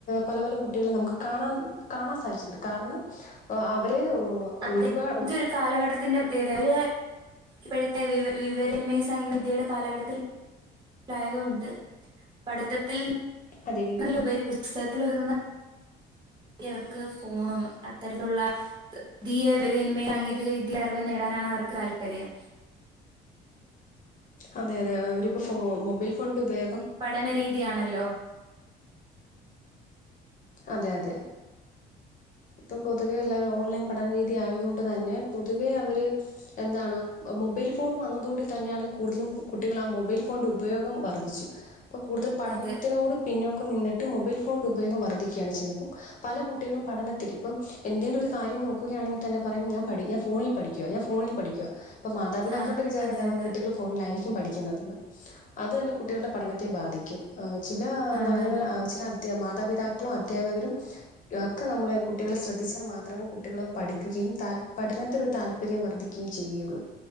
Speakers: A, on the left; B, on the right.
A: പല പല കുട്ടികളും നമുക്ക് കാണാൻ കാണാൻ സാധിച്ചിട്ടുണ്ട് കാരണം അവരെ
B: അതെ
A: ഒരുപാ ഒ
B: ഒരു കാലഘട്ടത്തിന്റെ പ്രത്യേകത ഇപ്പോഴത്തെ വിവ വിവര വിനിമയ സാങ്കേതികവിദ്യയുടെ കാലഘട്ടത്തിൽ ലായകുണ്ട് പഠിത്തത്തിൽൽ
A: അതെ
B: ഉപ പുസ്തകത്തിൽ ഒതുങ്ങുന്ന അവർക്ക് ഫോണും അത്തരത്തിലുള്ള വിവരവിനിമയസാങ്കേതിക വിദ്യയിൽ അറിവ് നേടാനാണ് അവർക്ക് താല്പര്യം
A: അതെ അതെ അവരിപ്പോ ഫോ മൊബൈൽ ഫോണിൻ്റെ ഉപയോഗം
B: പഠനരീതിയാണല്ലോ
A: അതെ അതെ ഇപ്പം പൊതുവെ എല്ലാവരും ഓൺലൈൻ പഠന രീതി ആയതു കൊണ്ട് തന്നെ പൊതുവേ അവര് എന്താണ് മൊബൈൽ ഫോൺ വന്നതുകൂടി തന്നെയാണ് കൂടുതലും കുട്ടികൾ ആ മൊബൈൽ ഫോണിന്റെ ഉപയോഗം വർദ്ധിച്ചു അപ്പൊ കൂടുത പഠനത്തിനോട്
B: അതെ
A: പിന്നോക്കം നിന്നിട്ട് മൊബൈൽ ഫോണിന്റെ ഉപയോഗം വർദ്ധിക്കുകയാണ് ചെയ്യുന്നത്പ്പോ പല കുട്ടികളും പഠന ഇപ്പം എന്തേലും ഒരു കാര്യം നോക്കുകയാണെങ്കിൽ തന്നെ പറയും ഞാൻ പഠി ഞാൻ ഫോണിൽ പഠിക്കയാ ഞാൻ ഫോണിൽ പഠിക്കയാ ഇപ്പ മാതാപിതാക്കളുടെ
B: ആഹ്
A: വിചാരം
B: അതെ
A: എന്താണ്
B: അതെ
A: കുട്ടികൾ ഫോണിലായിരിക്കും പഠിക്കുന്നതെന്ന് അതു തന്നെ കുട്ടികളുടെ പഠനത്തെ ബാധിക്കും ചില
B: ആണാണ്
A: നല്ല നല്ല ചില മാതാപിതാക്കളും അധ്യാപകരും ഒക്കെ നമ്മളെ കുട്ടികളെ ശ്രദ്ധിച്ചാൽ മാത്രമേ കുട്ടികൾ പഠിക്കുകയും താൽ പഠനത്തിനൊരു താല്പര്യം വർദ്ധിക്കുകയും ചെയ്യുകയുള്ളൂ